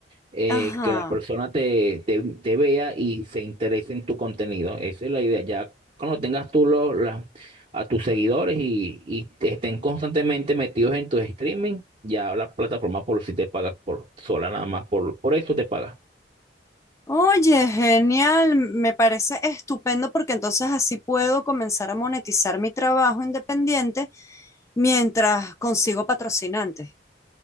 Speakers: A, on the right; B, on the left.
A: eh,
B: Ajá.
A: que la persona te, te, te vea y se interese en tu contenido. Esa es la idea. Ya cuando tengas tú lo- la- a tus seguidores y, y te estén constantemente metidos en tus streaming, ya la plataforma por si te pagas por sola nada más, por, por eso te paga.
B: Oye, genial, me parece estupendo porque entonces así puedo comenzar a monetizar mi trabajo independiente mientras consigo patrocinantes.